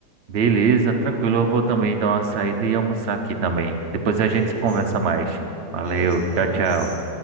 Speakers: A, on the right; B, on the left.
A: Beleza, tranquilo. Eu vou também dar uma saída e almoçar aqui também. Depois a
B: Beleza.
A: gente conversa mais. Valeu,
B: Beleza, até
A: tchau,
B: mais.
A: tchau.